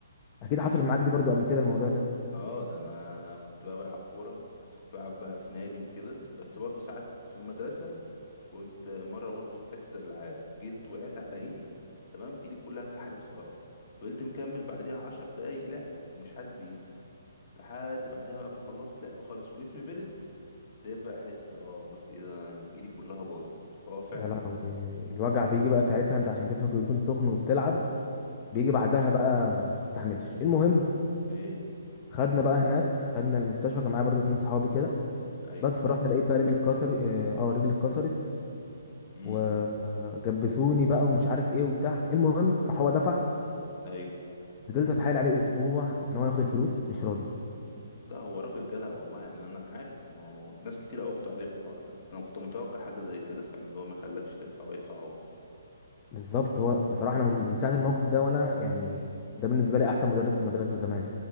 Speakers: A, on the left (about 25°); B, on the left (about 45°).
A: اكيد
B: لم
A: حصل معاك دي برضو قبل كده الموضوع ده
B: اه ده انا كنت بقى بلعب كوره بس كنت بلعب بقى في نادي وكده بس برضو ساعات في المدرسه كنت مره برضو في حصه الالعاب جيت وقعت على ايدي تمام ايدي كلها اتكحلت في الارض فضلت مكمل بعديها عشر دقايق لعب ومش حاسس بايدي لحد بعدها بقى ما خلصت لعب خالص وجسمي برد ابتديت بقى احس اه قلت ايه ده انا ايدي كلها باظت اه فعلا
A: يا لهوي الوجع بيجي بقى ساعتها انت عشان جسمك يكون سخن وبتلعب
B: بالظبط
A: بيجي بعدها بقى ما بتستحملش المهم
B: ايه
A: خدنا بقى هناك خدنا المستشفى كان معايا برضو اتنين صحابي كده
B: ايوه
A: بس فرحنا
B: ايوه
A: لقيت بقى رجلي اتكسر اه آه، رجلي اتكسرت
B: امم
A: وجبسوني بقى ومش عارف ايه وبتاع المهم راح هو دفع
B: ايوه
A: فضلت اتحايل عليه اسبوع ان هو ياخد الفلوس مش راضي
B: لا هو راجل جدع والله يعني انا عارف ما هو ناس كتير قوي بتقول عليه في الحوار ده انا كنت متوقع حاجه زي كده فعلا اللي هو ما يخلكش تدفع ويدفع هو
A: بالظبط هو بصراحه انا من من ساعه الموقف ده وانا يعني ده بالنسبه لي احسن مدرس في المدرسه زمان